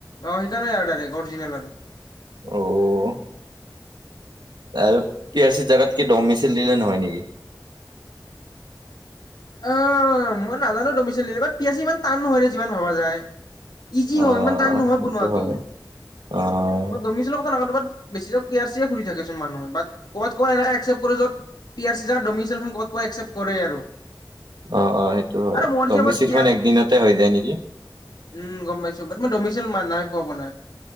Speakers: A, on the left (about 65°); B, on the right (about 75°).
A: অ সেইকাৰণে নাই ডাইৰেক্ট অৰিজিনেল আৰু
B: অ' আৰু কি আছে জেগাত? কি দম মিছিল দিলে নহয় নেকি।
A: অ' মই নাজানো তুমি চ পিচি ইমান টান নহয় যিমান ভবা যায় ইজি
B: অ'
A: হয় ইমান টান নহয়
B: সেইটো
A: বনোৱাাতটো
B: হয়। অ'
A: দমিচিলেলৰ কথা নাজানো কৰবাত বেছিকৈ পিয়াৰ্চি খুলি থাকে চোন বেছিভাগ মানুহে পি আৰ চি যাৰ ডমিচিয়েলখন ক'বাত একচেপ্ট কৰে আৰু
B: অ- অ সেইটো হয়
A: আৰু মোৰ
B: ত
A: হিচাপত
B: মিছিলখন
A: পি আৰ
B: একদিনতে হৈ যায় নেকি
A: উম গম পাইছো। দমিচিয়েল নাই পোৱাা পোৱা নাই